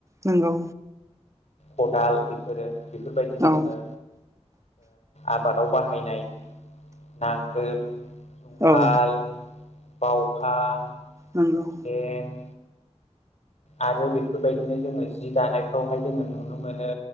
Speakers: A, on the right (about 25°); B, on the left (about 75°).
A: नंगौ
B: खदाल बेफोरो बेफोरबायदिनो
A: औ
B: जोङो आबादाव बाहायनाय नांगोल जुंगाल
A: औ
B: बााव अखा
A: नंगौ
B: हुखेन आरो बेफोरबायदिनो जोङो जि दानायखौहाय जोङो नुनो मोनो